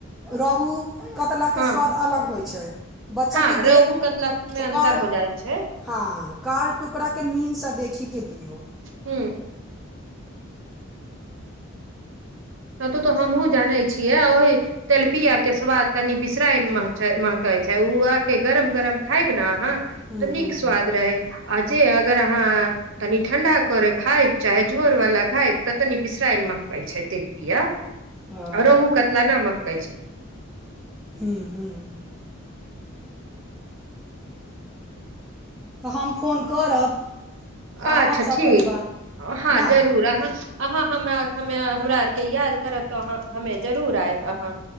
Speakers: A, in the centre; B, on the right.
A: रोहु कतला के
B: हँ
A: स्वाद अलग होइ छै बच्चा
B: हँ
A: के
B: रेहू
A: देत
B: कतला मे
A: तो
B: अन्तर
A: कार
B: हो जाइ छै
A: हाँ काल टुकड़ाके नींदसँ देखिके दियौ
B: हूंम्म कतौ तऽ हमहुँ जानै छियै आ ओही तेलपिया के स्वाद तनी बिशराइन महकै छै उ आके गरम गरम खायब ने अहाँ
A: हूँ
B: तऽ नीक
A: हूँ
B: स्वाद रहै आ जे अगर अहाँ तनी ठंडा करे खायब चाहे झोर वाला खायब तऽ तनी विशराइन महकै छै तेलपिया
A: ओ
B: आ रोहु कतला न महकै छै
A: हूंम्म हूंम्म तऽ हम फोन करब तऽ
B: अच्छा
A: आबब सभ
B: ठीक
A: परिवार
B: हँ
A: ना
B: जरूर आहाँ अहाँ हमरा हम्मे हमरा आर के याद करब तऽ हम्मे जरूर आयब अहाँ